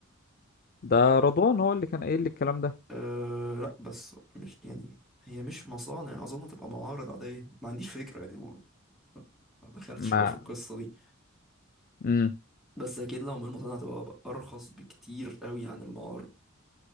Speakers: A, on the left (about 45°); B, in the centre.
A: ده رضوان هو اللي كان قايل لي الكلام ده
B: أه لا بس مش يعني هي مش مصانع اظن هتبقى معارض عاديه ما عنديش فكره يعني ما ما دخلتش
A: ما
B: قوي في القصه دي
A: امم
B: بس اكيد لو من المصانع هتبقى ارخص بكتير قوي عن المعارض